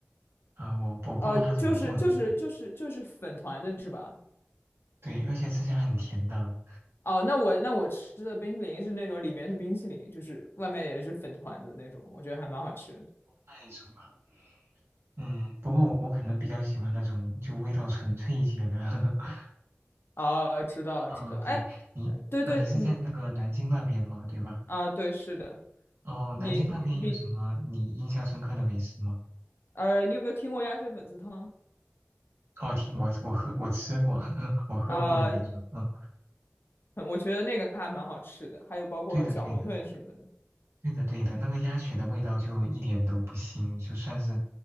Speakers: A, on the right (about 70°); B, on the left (about 60°).
A: 啊、我我不知道它怎么做的，
B: 呃，就是就是就是就是粉团子是吧？
A: 对对，而且吃起来很甜的。哦，
B: 哦，那我那我吃的冰淇淋是那种里面是冰淇淋，就是外面也是粉团子那种，我觉得还蛮好吃的。
A: 那一种啊。嗯，不过我我可能比较喜欢那种就味道纯粹一些的，<laughs>
B: 啊，知道了，
A: 哦，
B: 知道了。
A: 对，
B: 哎，
A: 你，
B: 对对，
A: 呃，你是在那个南京那边吗？
B: 嗯
A: 对吧？
B: 啊，对，是的，
A: 哦，
B: 你你
A: 南京那边有什么你印象深刻的美食吗？
B: 呃，你有没有听过鸭血粉丝汤？
A: 哦，听我我喝我吃过，<laughs> 我喝过应该是，
B: 啊？
A: 嗯，
B: <laughs> 我觉得那个还蛮好吃的，还有包括小馄饨什么的。
A: 对的对的，对的，对的，那个鸭血的味道就一点都不腥，就算是